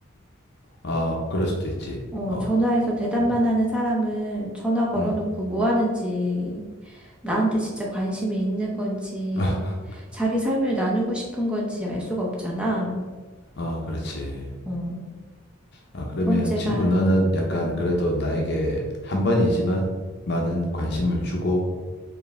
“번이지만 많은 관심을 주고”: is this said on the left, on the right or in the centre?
Left